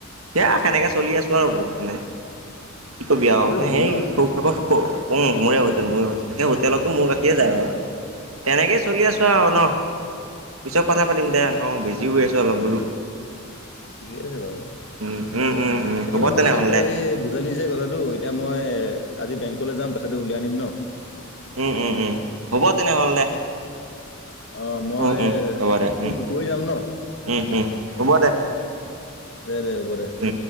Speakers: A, on the right; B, on the left.
A: সেয়া সেনেক চলি আছোঁ আৰু মানে - কি কবি আও
B: তোৰে
A: <unintelligible> <unintelligible>
B: হোটেল ন
A: মোৱে হোটেল মোৱে হোটেল, হে হোটেলতো মোৰে গাখীয়েে যায় বাৰ। তেনেকেই চলি আছো আৰু ন। পিছত কথা পাতিম দে অ বিজ। দি হৈ আছো অলপ বোলো।
B: ঠিকে আছে বাৰু।
A: উম উম উম উম
B: বাকী
A: হ'ব
B: মই
A: তেনেহ'লে
B: ভাল লাগিল তই
A: দে
B: বুজালি যে কথাটো, এতিয়া মই আজি বেংকলৈ যাম পইচাটো উলিয়াই আনিম ন?
A: উম, উম, উম, হ'ব তেনেহ'লে।
B: অ মই
A: উ-উম, হ'ব দে
B: প-
A: উম,
B: পৰহি যাম ন
A: উম, উম, হ'ব দে।
B: দে, দে হ'ব দে।
A: উম